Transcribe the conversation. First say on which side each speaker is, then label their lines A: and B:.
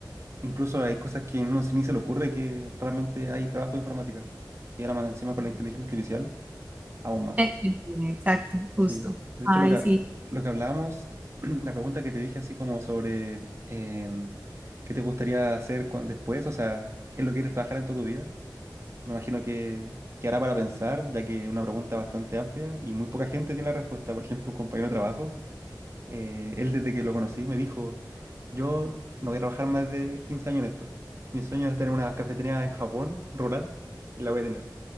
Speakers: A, on the right (about 40°); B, on the right (about 20°).
A: incluso hay cosas que a uno ni se le ocurre que realmente hay trabajo de informática. Y ahora más encima con la inteligencia artificial, aún más.
B: Eh, eh, exacto, justo.
A: Sí, de
B: Ay,
A: hecho lo que,
B: sí.
A: lo que hablábamos, <clears throat> la pregunta que te dije así como sobre em, qué te gustaría hacer cuan- después, o sea, ¿es lo que quieres trabajar en toda tu vida? Me imagino que, que hará para pensar, ya que es una pregunta bastante amplia y muy poca gente tiene la respuesta. Por ejemplo, un compañero de trabajo, eh, él desde que lo conocí me dijo, yo no voy a trabajar más de 15 años en esto. Mi sueño es tener una cafetería en Japón, rural, y la voy a tener.